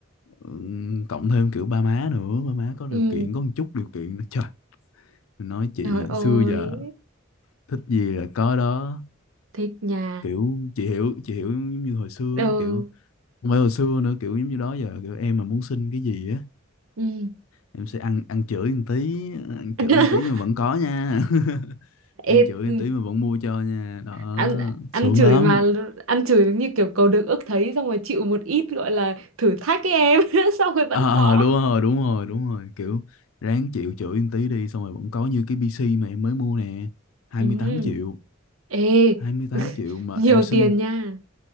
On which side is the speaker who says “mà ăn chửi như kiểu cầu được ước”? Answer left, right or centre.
Right